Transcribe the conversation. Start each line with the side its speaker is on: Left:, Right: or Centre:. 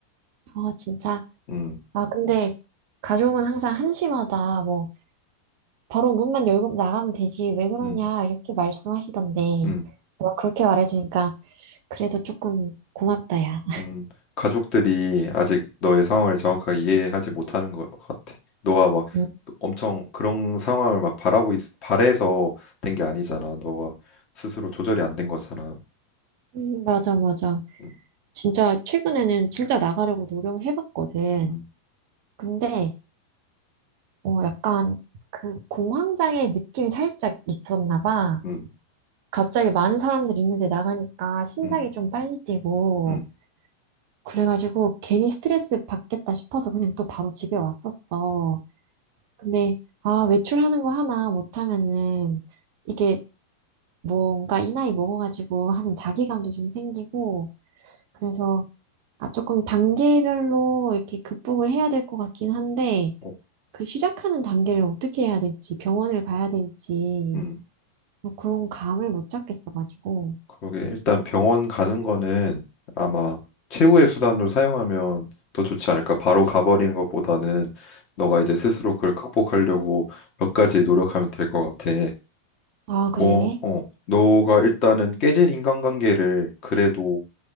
Right: 아, 진짜.
Left: 음.
Right: 아, 근데 가족은 항상 한심하다. 뭐, 바로 문만 열고 나가면 되지. 왜 그러냐.
Left: 음.
Right: 이렇게 말씀하시던데,
Left: 음.
Right: 너가 그렇게 말해주니까 그래도 조금 고맙다, 야.
Left: 음, 가족들이 아직 너의 상황을 정확하게 이해하지 못하는 것 같아. 너가 막
Right: 음,
Left: 엄청 그런 상황을 막 바라고 있, 바래서 된 게 아니잖아. 너가 스스로 조절이 안 된 거잖아.
Right: 음, 맞아, 맞아.
Left: 음,
Right: 진짜 최근에는 진짜 나가려고 노력을 해봤거든.
Left: 음,
Right: 근데 어, 약간 그 공황장애 느낌이 살짝 있었나 봐.
Left: 음,
Right: 갑자기 많은 사람들이 있는데 나가니까 심장이
Left: 음,
Right: 좀 빨리 뛰고
Left: 음,
Right: 그래가지고 괜히 스트레스 받겠다 싶어서 그냥 또 바로 집에 왔었어. 근데 아, 외출하는 거 하나 못하면은 이게 뭔가 이 나이 먹어가지고 하는 자기감도 좀 생기고 그래서 아, 조금 단계별로 이렇게 극복을 해야 될 것 같긴 한데,
Left: 어,
Right: 그 시작하는 단계를 어떻게 해야 될지, 병원을 가야 될지,
Left: 음.
Right: 뭐 그런 감을 못 잡겠어가지고.
Left: 그러게 일단 병원 가는 거는 아마 최후의 수단으로 사용하면 더 좋지 않을까. 바로 가버리는 것보다는 너가 이제 스스로 그걸 극복하려고 몇 가지 노력하면 될 것 같아.
Right: 아,
Left: 어,
Right: 그래.
Left: 어. 너가 일단은 깨진 인간관계를 그래도